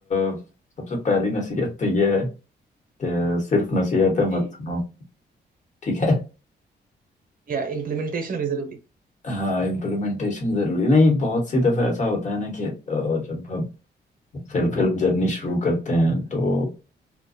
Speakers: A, on the left; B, on the right.
A: अ, सबसे पहली नसीहत तो ये है कि सिर्फ नसीहत है
B: जी
A: मत सुनो ठीक है
B: या इम्प्लीमेंटेशन भी जरूरी
A: हाँ इम्प्लीमेंटेशन जरूरी नहीं बहुत सी दफा ऐसा होता है ना कि अ, जब हम सेल्फ हेल्प जर्नी शुरू करते हैं तो